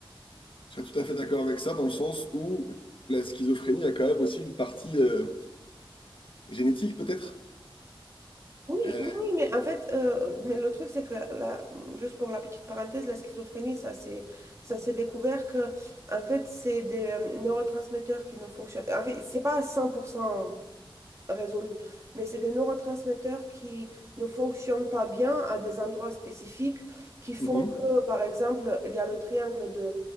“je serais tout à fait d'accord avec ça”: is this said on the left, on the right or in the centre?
Left